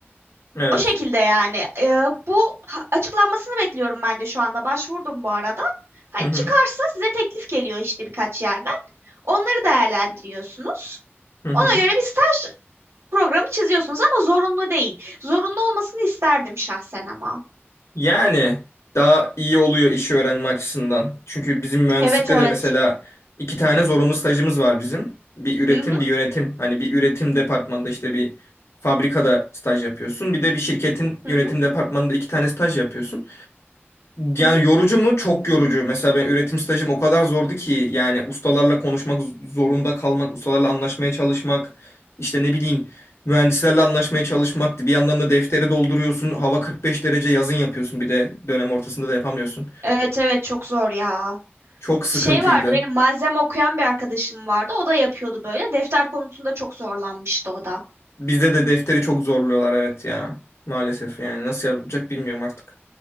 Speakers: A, on the left (about 80°); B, on the right (about 80°).
A: Evet.
B: O şekilde yani. Ee, bu ha- açıklanmasını bekliyorum ben de şu anda. Başvurdum bu arada. Hani
A: Hı hı.
B: çıkarsa size teklif geliyor işte birkaç yerden. Onları değerlendiriyorsunuz.
A: Hı hı.
B: Ona göre bir staj programı çiziyorsunuz ama zorunlu değil. Zorunlu olmasını isterdim şahsen ama.
A: Yani daha iyi oluyor işi öğrenme açısından. Çünkü bizim mühendislikte
B: Evet evet.
A: de mesela iki tane zorunlu stajımız var bizim. Bir üretim,
B: Hı hı
A: bir yönetim. Hani bir üretim departmanında işte bir fabrikada staj yapıyorsun. Bir de bir şirketin yönetim
B: hı hı
A: departmanında iki tane staj yapıyorsun. Yani
B: hı. hı.
A: yorucu mu? Çok yorucu. Mesela ben üretim stajım o kadar zordu ki yani ustalarla konuşmak zorunda kalmak, ustalarla anlaşmaya çalışmak, işte ne bileyim mühendislerle anlaşmaya çalışmak. Bir yandan da defteri dolduruyorsun. Hava 45 derece yazın yapıyorsun bir de dönem ortasında da yapamıyorsun.
B: Evet evet çok zor ya.
A: Çok sıkıntıydı.
B: Şey vardı benim malzeme okuyan bir arkadaşım vardı. O da yapıyordu böyle. Defter konusunda çok zorlanmıştı o da.
A: Bizde de defteri çok zorluyorlar evet ya. Maalesef yani nasıl yapacak bilmiyorum artık